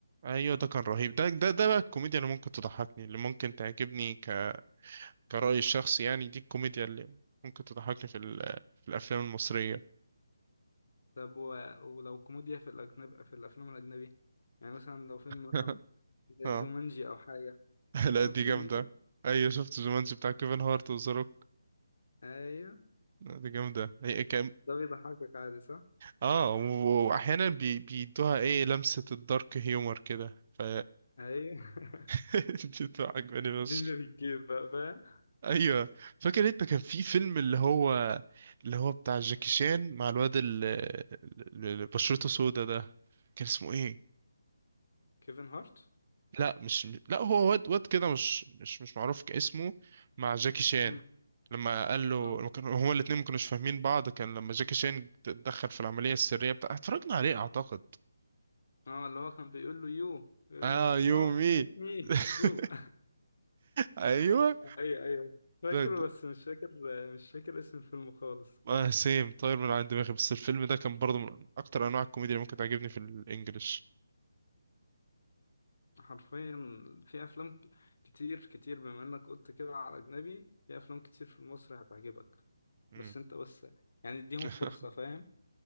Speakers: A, on the right; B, on the left.
A: ايوه ده كان رهيب ده ده ده بقى الكوميديا اللي ممكن تضحكني اللي ممكن تعجبني ك... كرأيي الشخصي يعني دي الكوميديا اللي ممكن تضحكني في ال... في الافلام المصرية
B: طب و... ولو كوميديا في الأجنب في الأفلام الأجنبي يعني مثلا لو فيلم مثلا
A: <laughs>
B: زي
A: اه
B: جومانجي أو حاجة
A: <laughs>
B: أنت
A: لا
B: شفت
A: دي
B: جومانجي؟
A: جامدة ايوه شفت جومانجي بتاع كيفن هارت وذا روك
B: أيوه
A: دي جامدة هي كام
B: ده بيضحكك عادي صح؟
A: اه و- واحيانا بي... بيدوها ايه لمسة الدارك هيومر كده ف
B: أيوه <laughs>
A: <laughs> دي بتبقى عجباني بس
B: دي اللي بتجيب بقى فاهم؟
A: ايوه فاكر انت كان في فيلم اللي هو اللي هو بتاع جاكي شان مع الواد اللي اللي بشرته سودا ده كان اسمه ايه
B: كيفن هارت؟
A: لا مش لا هو واد واد كده مش مش مش معروف كاسمه مع جاكي شان
B: مم.
A: لما قال له
B: اه
A: لما كانوا- هما الاتنين ما كانوش فاهمين بعض كان لما جاكي شان اتدخل في العملية السرية بتاع اتفرجنا عليه اعتقد
B: اه اللي هو كان بيقول له يو بيقول
A: اه
B: له
A: يومي
B: نو نوت مي
A: <laughs>
B: يو
A: ايوه
B: <laughs> أيوه أيوه فاكره
A: ده ده-
B: بس مش فاكر مش فاكر اسم الفيلم خالص
A: آه سيم طاير من عند دماغي بس الفيلم ده كان برضه من اكتر انواع الكوميديا اللي ممكن تعجبني في الانجليش
B: حرفيا في افلام ك- كتير كتير بما انك قلت كده على اجنبي في افلام كتير في مصر هتعجبك
A: مم.
B: بس انت بس يعني اديهم
A: <laughs>
B: فرصة فاهم